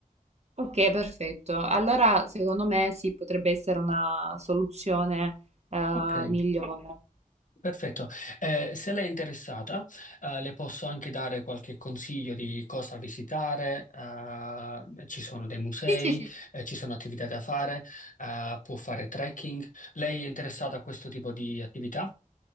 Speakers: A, on the right; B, on the left.
A: Ok, perfetto. Allora, secondo me sì, potrebbe essere una soluzione eh,
B: Ok.
A: migliore.
B: Perfetto, Eh, se lei è interessata, eh, le posso anche dare qualche consiglio di cosa visitare. eh, ci sono dei musei,
A: Sì, sì, sì.
B: eh, ci sono attività da fare, eh, può fare trekking. Lei è interessata a questo tipo di attività?